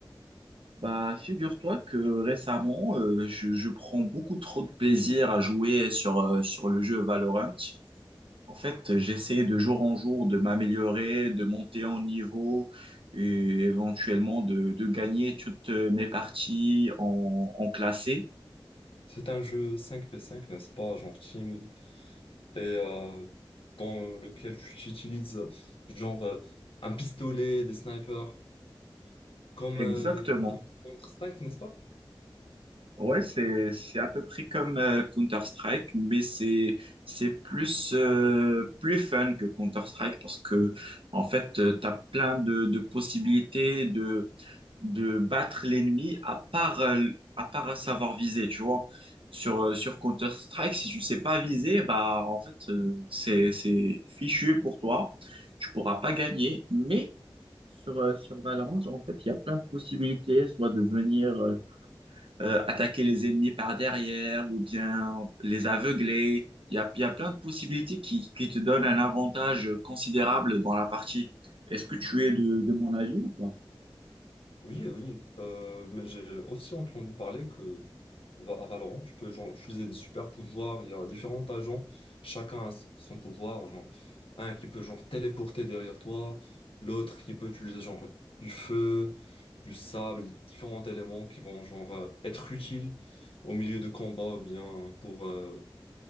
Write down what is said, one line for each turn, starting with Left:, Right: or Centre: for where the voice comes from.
Right: Bah, figure-toi que récemment, euh, je, je prends beaucoup trop de plaisir à jouer sur, euh, sur le jeu Valorant. En fait, j'essaie de jour en jour de m'améliorer, de monter en niveau et éventuellement de, de gagner toutes mes parties en, en classé.
Left: C'est un jeu cinq v cinq, n'est-ce pas, genre team, et euh, dans lequel tu utilises euh, genre euh, un pistolet, des snipers, comme
Right: Exactement.
Left: euh, contre- Counter-Strike, n'est-ce pas?
Right: Ouais, c'est c'est à peu près comme euh, Counter-Strike, mais c'est c'est plus euh, plus fun que Counter-Strike parce que en fait, tu as plein de, de possibilités de de battre l'ennemi à part euh, à part savoir viser, tu vois. Sur euh, sur Counter-Strike, si tu sais pas viser, bah en fait, euh, c'est c'est fichu pour toi. Tu pourras pas gagner, mais Sur, euh, sur Valorant, en fait, il y a plein de possibilités, soit de venir euh, euh, attaquer les ennemis par derrière ou bien les aveugler. Il y a, il y a plein de possibilités qui, qui te donnent un avantage considérable dans la partie. Est-ce que tu es de, de mon avis ou pas?
Left: Oui, oui, euh, mais j'ai aussi entendu parler que va- à Valorant, tu peux genre, utiliser des super pouvoirs. Il y a différents agents, chacun a s- son pouvoir. Genre, un qui peut genre téléporter derrière toi, l'autre qui peut utiliser genre du feu, du sable, différents éléments qui vont genre euh, être utiles au milieu de combats ou bien pour euh,